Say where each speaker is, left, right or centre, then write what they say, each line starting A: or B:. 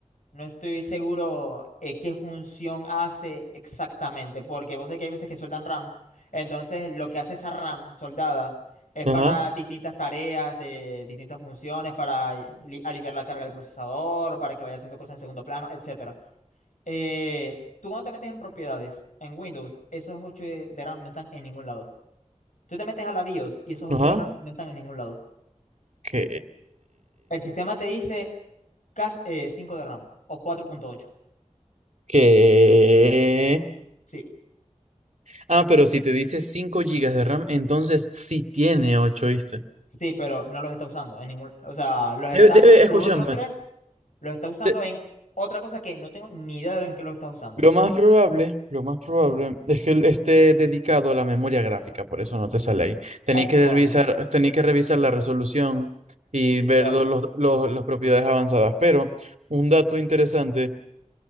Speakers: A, on the left (about 80°); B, on the right (about 70°).
A: No estoy seguro eh, qué función hace exactamente, porque vos sabés que hay veces que sueldan RAM. Entonces, lo que hace esa RAM soldada es
B: Ajá,
A: para distintas tareas de distintas funciones, para eh, li- aliviar la carga del procesador, para que vaya haciendo cosas en segundo plano, etcétera. Eh, tú cuando te metes en propiedades, en Windows, esos 8 de de RAM no están en ningún lado. Tú te metes a la BIOS y esos ocho
B: ajá.
A: de RAM no están en ningún lado.
B: ¿Qué?
A: El sistema te dice cas- eh, 5 de RAM o 4.8.
B: ¿Qué?
A: Sí.
B: Ah, pero si te dice 5 gigas de RAM, entonces sí tiene 8, ¿viste?
A: Sí, pero no los está usando en ningún, o sea, los está,
B: Debe, debe-
A: los
B: escúchame.
A: otros tres los está usando
B: de-
A: en otra cosa que no tengo ni idea de en qué los está usando.
B: lo más probable, lo más probable es que él esté dedicado a la memoria gráfica, por eso no te sale ahí. Tenía
A: Es probable.
B: que revisar, tenía que revisar la resolución y
A: Virtual.
B: ver do- los, los- las propiedades avanzadas. Pero un dato interesante